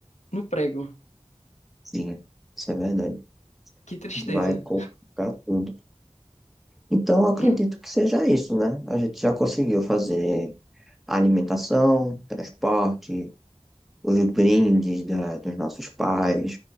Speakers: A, on the left (about 85°); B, in the centre.
A: no prego?
B: Sim, isso é verdade.
A: Que tristeza.
B: Vai colocar tudo. Então, eu acredito
A: Hum,
B: que seja isso, né? A gente já conseguiu fazer alimentação, transporte, os brindes da, dos nossos pais.